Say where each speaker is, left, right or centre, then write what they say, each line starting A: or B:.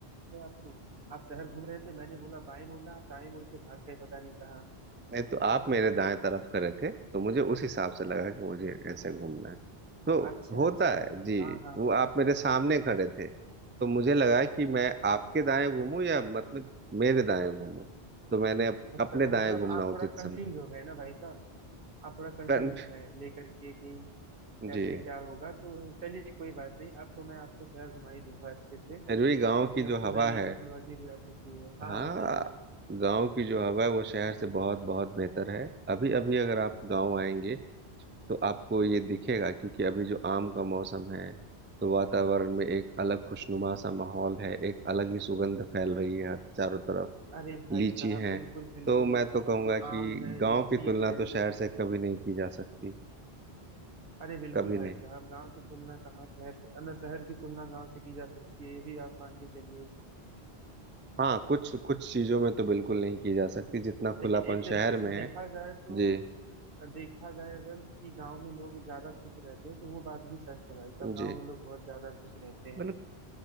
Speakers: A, on the right; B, on the right.
A: अरे आपको आप शहर घूम रहे थे मैंने बोला बाएं मुड़ना आप दाएं मुड़ के भाग गए पता नहीं कहाँ
B: नहीं तो आप मेरे दाएं तरफ खड़े थे तो मुझे उस हिसाब से लगा कि मुझे ऐसे घूमना है तो
A: अच्छा
B: होता
A: अच्छा
B: है जी
A: हाँ हाँ
B: वो आप मेरे सामने खड़े थे तो मुझे लगा कि मैं आपके दाएं घूमूं या मतलब मेरे दाएं घूमूं तो मैंने अप,
A: अच्छा
B: अपने
A: तो
B: दाएं
A: मतलब
B: घूमना
A: आप
B: उचित
A: थोड़ा कंफ्यूज
B: समझा
A: हो गए ना भाई साहब आप थोड़ा कंफ्यूज
B: कन-
A: हो गए लेकर के कि कैसे
B: जी
A: क्या होगा तो चलिए कोई बात नहीं अब तो मैं आपको शहर घुमा ही दूंगा अच्छे से
B: अरवी
A: क्योंकि
B: गांव की
A: अब
B: जो
A: तो
B: हवा
A: नई नई
B: है
A: टेक्नोलॉजी भी आ चुकी है हाँ
B: हाँ
A: बताइए
B: गांव की जो हवा है वो शहर से बहुत बहुत बेहतर है अभी अभी अगर आप गांव आएंगे तो आपको ये दिखेगा क्योंकि अभी जो आम का मौसम है तो वातावरण में एक अलग खुशनुमा सा माहौल है एक अलग ही सुगंध फैल रही है चारों तरफ
A: अरे भाई
B: लीची
A: साहब
B: है
A: बिल्कुल बिल्कुल
B: तो मैं तो कहूंगा
A: जो
B: कि
A: आम है
B: गांव
A: लीची
B: की तुलना
A: है
B: तो शहर से कभी नहीं की जा सकती
A: अरे बिल्कुल
B: कभी
A: भाई
B: नहीं
A: साहब गांव की तुलना कहाँ शहर से ना शहर की तुलना गांव से की जा सकती है ये भी आप मान के चलिए
B: हाँ कुछ कुछ चीजों में तो बिल्कुल नहीं की जा सकती जितना खुलापन
A: लेकिन एक तरीके
B: शहर
A: से
B: में
A: देखा
B: है
A: जाए तो
B: जी
A: अ, देखा जाए अगर कि गांव में लोग ज्यादा खुश रहते हैं तो वो बात भी सच है भाई साहब गांव
B: जी
A: में लोग बहुत ज्यादा खुश रहते हैं
B: मतलब